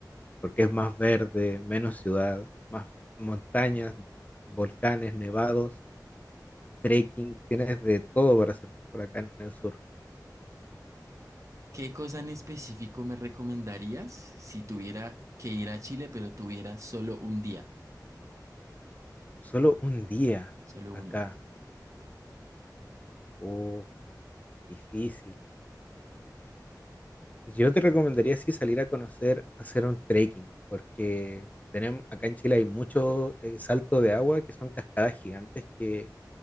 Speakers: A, on the left; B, on the right.
A: porque es más verde, menos ciudad, más montañas, volcanes, nevados, trekking, tienes de todo para hacer por acá en el sur.
B: ¿Qué cosa en específico me recomendarías si tuviera que ir a Chile, pero tuviera solo un día?
A: Solo un día
B: Solo
A: acá,
B: uno.
A: uff, difícil. Yo te recomendaría sí salir a conocer, hacer un trekking, porque tenemos, acá en Chile hay mucho eh, salto de agua que son cascadas gigantes que